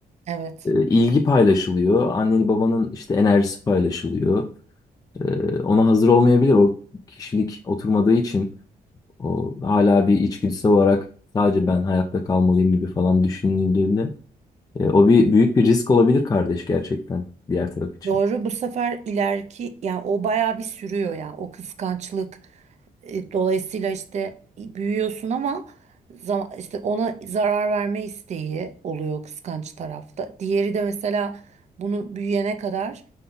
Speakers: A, on the right (about 45°); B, on the left (about 25°).
A: Evet.
B: E, ilgi paylaşılıyor. Anneni babanın işte enerjisi paylaşılıyor. E, ona hazır olmayabilir. O kişilik oturmadığı için o hala bir içgüdüsel olarak sadece ben hayatta kalmalıyım gibi falan düşünüldüğünde e, o bir büyük bir risk olabilir kardeş gerçekten diğer taraf için.
A: Doğru bu sefer ileriki yani o bayağı bir sürüyor yani o kıskançlık E, dolayısıyla işte büyüyorsun ama zaman, işte ona zarar verme isteği oluyor kıskanç tarafta. Diğeri de mesela bunu büyüyene kadar